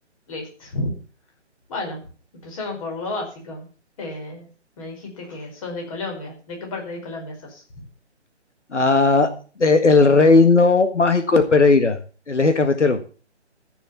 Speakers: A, on the left; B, on the left.
A: Listo. Bueno, empecemos por lo básico. Eh, me dijiste que sos de Colombia. ¿De qué parte de Colombia sos?
B: Ah, de- el reino mágico de Pereira, el eje cafetero.